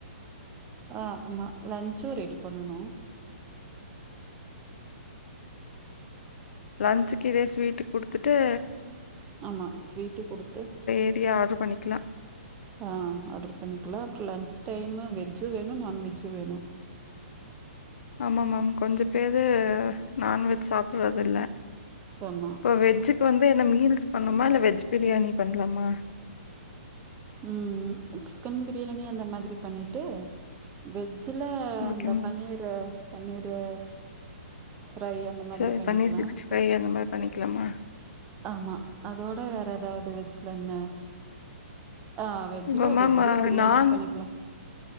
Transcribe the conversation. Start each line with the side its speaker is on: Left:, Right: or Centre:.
Right: ஆஹ் ஆம்மா லன்ச் சு ரெடி பண்ணணும்
Left: லன்ச்சிக்கு இதே ஸ்வீட்டு குடுத்துட்டே
Right: ஆம்மா ஸ்வீட்டுக் குடுத்து
Left: ஏடியா ஆர்டர் பண்ணிக்கலாம்.
Right: ஆஹ் ஆட்ரு பண்ணிக்கிலா அப்புற லன்ச் டைமு வெஜ்ஜு வேணும் நான்வெஜ்ஜும் வேணும்
Left: ஆம்மா மேம் கொஞ்சப் பேரு நான்வெஜ் சாப்புட்றது இல்ல
Right: ஆமா.
Left: இப்போ வெஜ் இப்ப வந்து என்ன மீல்ஸ் பண்ணுமா இல்ல வெஜ் பிரியாணி பண்ணலாமா
Right: உம் சிக்கென் பிரியாணி அந்த மாதிரி பண்ணிட்டு வெஜ் சில
Left: ஓகேம்மா.
Right: இந்த பன்னீரு பன்னீரு ஃப்ரை அந்த மாதிரி
Left: சரி
Right: பண்ணிக்லாம்
Left: பன்னீர் அந்த மாரி பண்ணிக்கலாமா?
Right: ஆம்மா அதோட வேற ஏதாவது இந்த வெஜ்ல என்ன ஆஹ் வெஜ்ல
Left: இப்போ மேம்
Right: வெஜ்லேய் பிரியாணியே
Left: நான்வெஜ்
Right: பண்ணிக்கலாம்